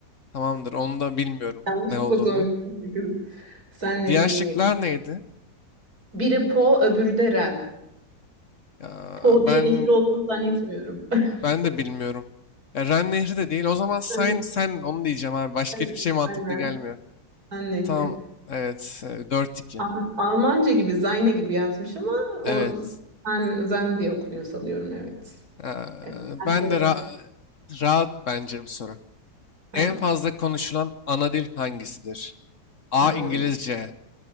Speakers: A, on the left; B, on the right.
A: tamamdır onu da bilmiyorum
B: Yanlış
A: ne
B: okuduğum
A: olduğunu.
B: için. çünkü Sen Nehri'nin
A: Diğer şıklar
B: yeri.
A: neydi?
B: Biri Po, öbürü de Ren.
A: Ya,
B: Po
A: ben
B: diye nehir olduğunu zannetmiyorum. <laughs>
A: ben de bilmiyorum. Ya, Ren nehri de değil o zaman sen
B: Evet,
A: sen onu diyeceğim abi başka
B: evet,
A: hiçbir şey mantıklı
B: Aynen.
A: gelmiyor.
B: Sen Nehri.
A: Tamam evet e, 4-2.
B: Al- Almanca gibi, Zayne gibi yazmış ama o
A: Evet.
B: Zen, Zen diye okunuyor sanıyorum. Evet.
A: Ee,
B: Evet. Sen
A: ben
B: sor hadi.
A: de ra- rahat bence bu soru.
B: Hadi
A: En
B: bakalım.
A: fazla konuşulan ana dil hangisidir? A.
B: Aa,
A: İngilizce